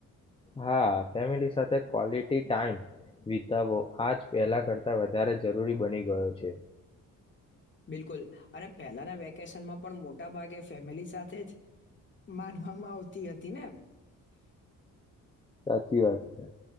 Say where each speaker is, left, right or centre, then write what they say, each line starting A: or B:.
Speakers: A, on the left; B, on the left.
A: હા ફેમિલી સાથે ક્વોલિટી ટાઈમ વિતાવવો આજ પહેલા કરતા વધારે જરૂરી બની ગયો છે.
B: બિલકુલ અને પહેલાના વેકેશનમાં પણ મોટા ભાગે ફેમિલી સાથે જ માનવામાં આવતી હતી ને એમ
A: સાચી વાત છે